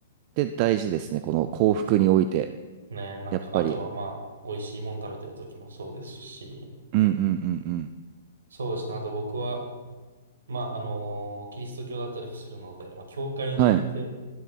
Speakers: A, on the right (about 40°); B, on the right (about 70°).
A: て大事ですね。この幸福において。
B: ね、なんかあとはまあ、
A: やっぱり。
B: 美味しいもの食べてる時もそうですし、
A: うんうんうんうん。
B: そうですね、あと僕は、まあ、あのキリスト教だったりもするので、まあ、教会に行って、
A: はい。